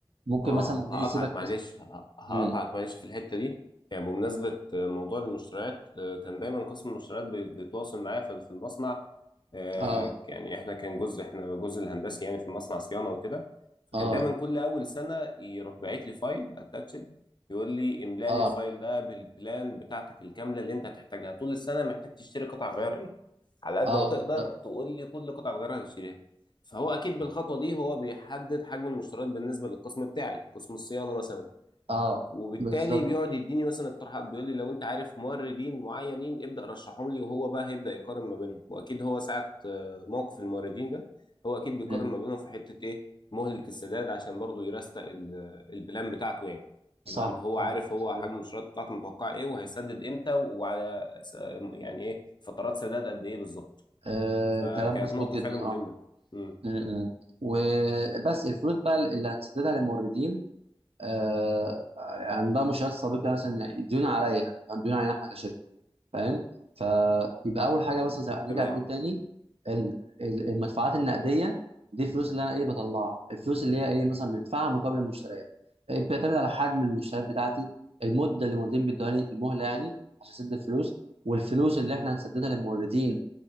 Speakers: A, on the right; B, on the left.
A: ممكن
B: اه
A: مثلا موردين
B: هقطعك
A: يسيبك
B: معلش
A: مثلا
B: ه- هقطعك
A: امم
B: معلش في الحته دي يعني بمناسبه موضوع المشتريات آه، كان دايما قسم المشتريات بي- بيتواصل معايا في في المصنع آه،
A: اه
B: يعني احنا كان جزء احنا جزء الهندسي يعني في المصنع صيانه وكده فكان
A: اه
B: دايما كل اول سنه يروح باعت لي فايل اتاتشد يقول لي املا
A: اه
B: لي الفايل ده بالبلان بتاعتك الكامله اللي انت هتحتاجها طول السنه محتاج تشتري قطع غيار ايه على قد
A: اه
B: ما تقدر
A: بالظبط
B: تقول لي كل قطع غيار هتشتريها فهو اكيد بالخطوه دي هو بيحدد حجم المشتريات بالنسبه للقسم بتاعي قسم الصيانه مثلا
A: اه
B: وبالتالي
A: بالظبط
B: بيقعد يديني مثلا اقتراحات بيقول لي لو انت عارف موردين معينين ابدا رشحهم لي وهو بقى هيبدا يقارن ما بينهم واكيد هو ساعه آه، موقف الموردين ده هو اكيد بيقارن
A: مم.
B: ما بينهم في حته ايه مهله السداد عشان برضه يرستق ال- البلان بتاعته يعني
A: صح
B: يبقى انت هو
A: صح
B: عارف هو
A: مظبوط
B: حجم المشتريات بتاعته متوقع ايه وهيسدد امتى وعلى س- يعني ايه فترات سداد قد ايه بالظبط
A: آه
B: فكانت
A: كلام مظبوط
B: نقطه
A: جدا
B: فعلا مهمه
A: اه
B: امم
A: م- م. وبس الفلوس بقى اللي هنسددها للموردين آه عندها مشكلات سابقه مثلا يعني ديون عليا يعني فاهم؟ ديون علينا احنا كشركه فاهم فيبقى اول حاجه مثلا زي نرجع
B: تمام
A: نقول تاني ان ال- المدفوعات النقديه دي الفلوس اللي انا ايه بطلعها الفلوس اللي هي ايه مثلا بدفعها مقابل المشتريات إيه، بتعتمد على حجم المشتريات بتاعتي المده اللي الموردين بيدوهاني المهله يعني عشان اسد الفلوس والفلوس اللي احنا هنسددها للموردين